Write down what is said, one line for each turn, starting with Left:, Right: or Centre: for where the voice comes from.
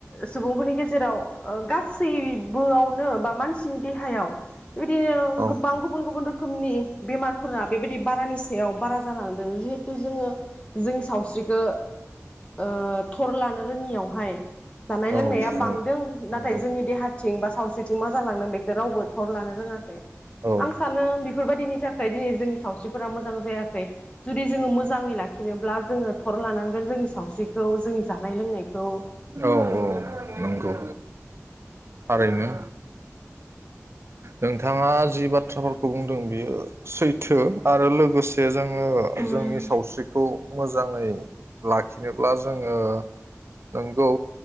Left: सुबुंफोरनि गेजेराव ओ गासैबोआवनो बा मानसिनि देहायाव बिबायदिनो
Right: औ
Left: गोबां गुबुन गुबुन रोखोम रोखोमनि बेमारफोरा बेबायदि बारानि सायाव बारा जालांदों जिहेथु जोङो जोंनि सावस्रिखौ ओ थर लानो रोङियावहाय जानाय
Right: औ
Left: लोंनाया बांदों
Right: औ नंगौ
Left: नाथाय जोंनि देहा थिंबा सावस्रिथिं मा जालांदों बेखौ रावबो थर लानो रोङाखै
Right: औ
Left: आं सानो बेफोरबायदिनि थाखाय दिनै जोंनि सावस्रिफोरा मोजां जायाखै जुदि जोङो मोजाङै लाखिनोब्ला जोङो थर लानांगोन जोंनि सावस्रिखौ जोंनि जानाय लोंनायखौ
Right: औ औ नंगौ। थारैनो। नोंथाङा जि बाथ्राफोरखौ बुंदों बियो सै थो आरो लोगोसे जोङो
Left: उम
Right: जोंनि सावस्रिखौ मोजाङै लाखिनोब्ला जोङो नंगौ